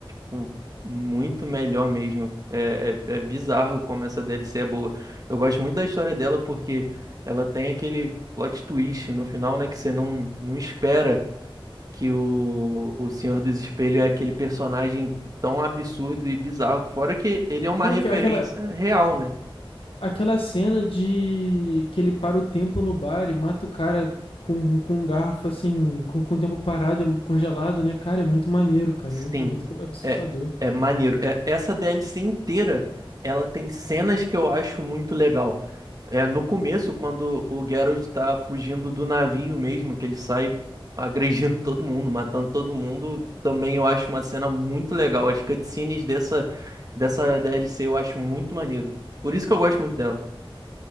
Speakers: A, on the right; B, on the left.
A: pô, muito melhor mesmo. É, é, é bizarro como essa DLC é boa. Eu gosto muito da história dela porque ela tem aquele plot twist no final, né, que você não, não espera. que o, o Senhor dos Espelhos é aquele personagem tão absurdo e bizarro. Fora que ele é uma
B: porque
A: referência
B: aquela,
A: real, né?
B: Aquela cena de que ele para o tempo no bar e mata o cara com, com um garfo, assim, com, com o tempo parado, é congelado, né? Cara, é muito maneiro, cara.
A: Sim,
B: É muito, muito assustador.
A: é, é maneiro. É- essa DLC inteira, ela tem cenas que eu acho muito legal. É, no começo, quando o Geralt tá fugindo do navio mesmo, que ele sai agredindo <laughs> todo mundo, matando todo mundo, também eu acho uma cena muito legal. As cutscenes dessa, dessa DLC eu acho muito maneiro. Por isso que eu gosto muito dela.